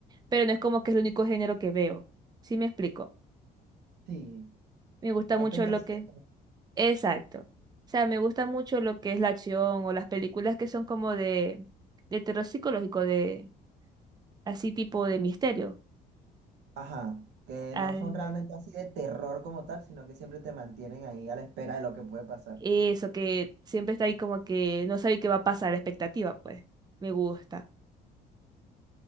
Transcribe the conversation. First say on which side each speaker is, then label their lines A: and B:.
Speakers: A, on the right; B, on the right.
A: pero no es como que es el único género que veo. ¿Sí me explico?
B: Sí,
A: Me gusta
B: no
A: mucho
B: te encasillas.
A: lo que... Exacto. O sea, me gusta mucho lo que es la acción o las películas que son como de, de terror psicológico, de así tipo de misterio.
B: Ajá, que
A: Ay,
B: no son realmente así de terror como tal, sino que siempre te mantienen ahí a la espera de lo que puede pasar.
A: eso que siempre está ahí como que no sabe qué va a pasar, la expectativa, pues. Me gusta.